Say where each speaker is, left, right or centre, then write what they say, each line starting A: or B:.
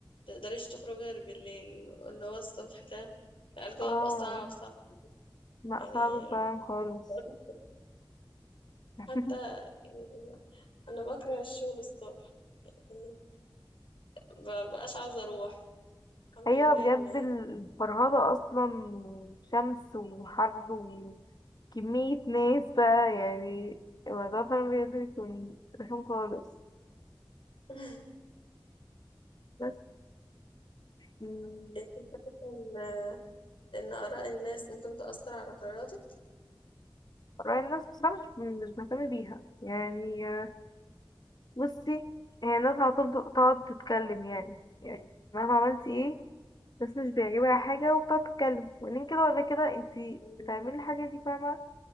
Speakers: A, on the left; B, on the left.
A: متقدريش تخرجي غير بالليل اللي هو الصبح ده لا الجو
B: اه
A: بقى صعب صعب
B: لا
A: يعني
B: صعب
A: ربنا
B: فعلا خالص
A: يقول-
B: <laughs>
A: حتى يعني أنا بكره الشغل الصبح يعني مبقاش عاوزة أروح الحمد
B: ايوه
A: لله
B: بجد
A: إن
B: الفرهدة اصلا وشمس وحر كمية ناس بقى يعني الموضوع فعلا بجد بيكون رخم خالص
A: <laughs>
B: بس مم،
A: إن إن إن آراء الناس ممكن تأثر على قراراتك
B: رأي الناس بصراحة مش مش مهتمة بيها يعني آه، بصي هي الناس على طول تقعد تتكلم يعني يعني مهما عملتي ايه الناس مش بيعجبها حاجة وبتقعد تتكلم وبعدين كده ولا كده انتي
A: مم.
B: بتعملي الحاجة دي فاهمة